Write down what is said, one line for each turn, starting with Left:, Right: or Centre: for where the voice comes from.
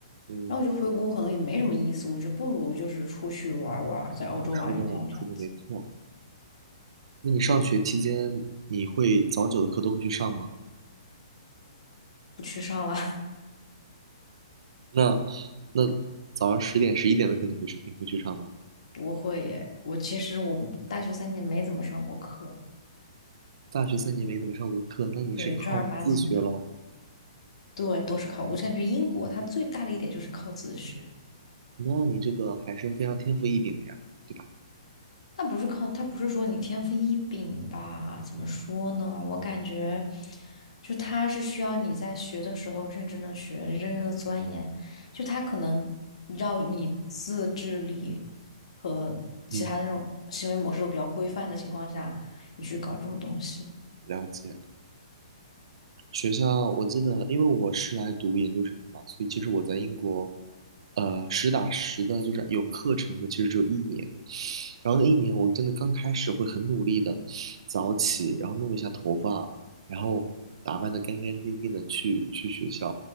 Right: 嗯，
Left: 然后我觉得回国可能也没什么意思，我觉得不如就是出去玩儿玩儿在欧洲玩一下这样子。
Right: 你说的说的没错。那你上学期间，你会早九的课都会去上吗？
Left: 不去上了，
Right: 那那早上十点、十一点的课你会去你会去上吗？
Left: <laughs> 不会耶。我其实我大学三年没怎么上过课，
Right: 大学三年没怎么上过课，那你是靠自学喽？
Left: 对，正儿八经的。对，都是靠。我就感觉英国它最大的一点就是靠自学，
Right: 那你这个还是非常天赋异禀的呀，对吧？
Left: 它不是靠，它不是说你天赋异禀吧？怎么说呢？我感觉，就它是需要你在学的时候认真的学，认真的钻研，就它可能要你自制力和其他的那种行为模式都比较规范的情况下，
Right: 嗯，
Left: 你去搞这种东西。
Right: 了解。学校我记得，因为我是来读研究生的嘛，所以其实我在英国，呃，实打实的，就是有课程的，其实只有一年。然后那一年，我真的刚开始会很努力的早起，然后弄一下头发，然后打扮的干干净净的去去学校。